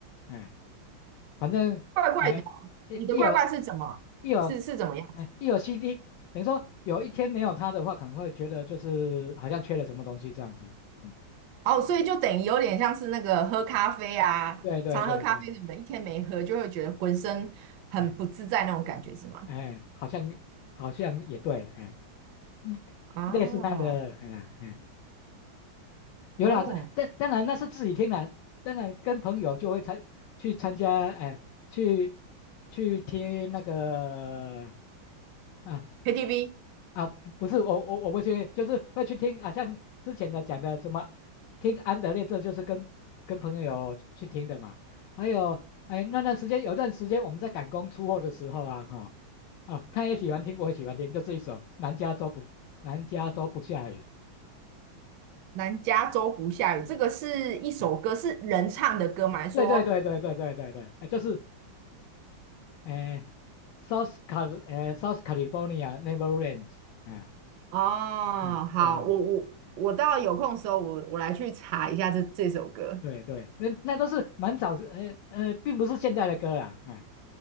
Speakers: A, on the left; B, on the right.
A: 哎反正哎，
B: 怪怪的，
A: 一一有
B: 你的怪怪是怎么？
A: 一有
B: 是是怎么样？
A: 哎一有 CD，等于说有一天没有它的话，可能会觉得就是好像缺了什么东西这样子。嗯，
B: 哦，所以就等于有点像是那个喝咖啡啊，
A: 对对对对，
B: 常喝咖啡的人一天没喝，就会觉得浑身很不自在那种感觉，
A: 哎
B: 是吗？
A: 哎，好像好像也对，哎，嗯类似那样的，
B: 哦
A: 哎呀哎，有啦，
B: 哦
A: 这但当然那是自己听的，当然跟朋友就会参去参加，哎，去去听那个。啊，
B: ，KTV
A: 啊，不不是我我我不去，就是会去听啊，像之前的讲的什么，听安德烈，这就是跟跟朋友去听的嘛。还有，哎，那段时间有段时间我们在赶工出货的时候啊，哈、啊，他也喜欢听，我也喜欢听，就这一首《南加州不南加州不下雨》
B: 南加州不下雨，
A: <laughs>。嗯，
B: 这个是一首歌，
A: 哎
B: 是人唱的歌吗？还是说
A: 对对对对对对对对，哎，就是哎，South Cal 哎 South California never rains。哎，
B: 哦，
A: 嗯，
B: 好，
A: 对对
B: 我我我到有空的时候，我我来去查一下这这首歌。
A: 对对，那那都是蛮早之，呃呃，并不是现在的歌啦，哎，